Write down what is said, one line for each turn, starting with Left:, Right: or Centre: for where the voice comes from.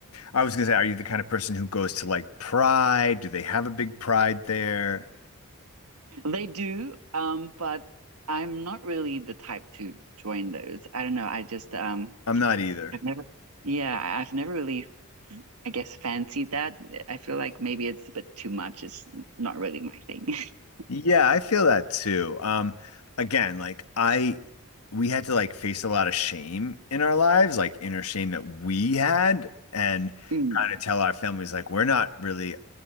Left: I was gonna say, are you the kind of person who goes to like Pride? Do they have a big Pride there?
Right: they do. Um, but I'm not really the type to join those. I don't know. I just um,
Left: I'm not either.
Right: I've never. Yeah, I- I've never really, I guess, fancied that. I feel like maybe it's a bit too much. It's not really my thing. <laughs>
Left: Yeah, I feel that too. Um, again, like I, we had to like face a lot of shame in our lives, like inner shame that we had, and
Right: Mm.
Left: kind of tell our families like we're not really